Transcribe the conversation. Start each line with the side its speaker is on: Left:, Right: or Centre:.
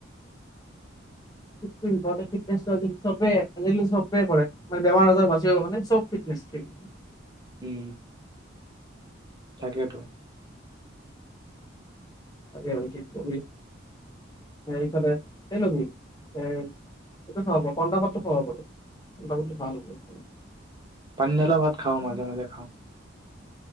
Left: <inaudible> <unintelligible> আজিকালি চববে কৰে মানে বেমাৰ আজাৰ বাচিব কাৰণে চব ফিটনেচ ফ্ৰীক।
Right: উম। থাকেতো।
Left: <unintelligible> কি কবি এইফালে এই লবি। এ - এইটো খোৱাব পন্তা ভাতটো খুৱাব পাৰে। পন্তা ভাত টো ভাল আছে
Right: পানী ধালা ভাত খাওঁ মাজে মাজে খাওঁ।